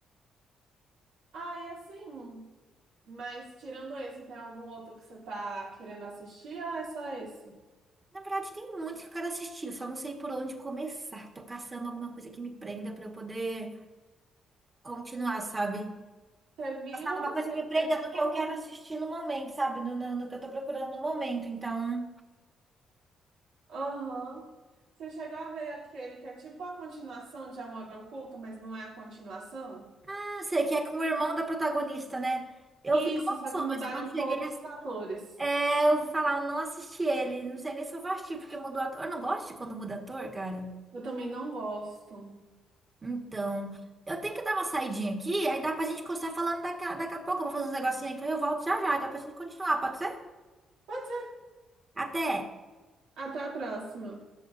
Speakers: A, on the right; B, on the right.
A: Ah, e assim. Mas tirando esse, tem algum outro que você tá querendo assistir ou é só esse?
B: Na verdade, tem muitos que eu quero assistir, eu só não sei por onde começar. Tô caçando alguma coisa que me prenda pra eu poder continuar, sabe?
A: Você viu
B: Alguma
A: aquele
B: coisa que me
A: que
B: prenda
A: é tipo.
B: no que eu quero assistir no momento, sabe? No, no, no que eu tô procurando no momento. Então,
A: Aham. Você chegou a ver aquele que é tipo a continuação de Amor Oculto, mas não é a continuação?
B: Ah, não sei, que é com o irmão da protagonista, né? Eu
A: Isso,
B: vi que lançou,
A: só que mudaram
B: mas eu não cheguei
A: todos os atores.
B: a... É, eu ouvi falar, eu não assisti ele. Não sei nem se eu vou assistir, porque mudou ator. Eu não gosto de quando muda ator, cara.
A: Eu também não gosto.
B: Então, eu tenho que dar uma saidinha aqui, aí dá pra gente continuar falando daqui, a- daqui a pouco. Eu vou fazer uns negocinhos aqui, aí eu volto já já, dá pra gente continuar, pode ser?
A: Pode ser.
B: Até!
A: Até a próxima.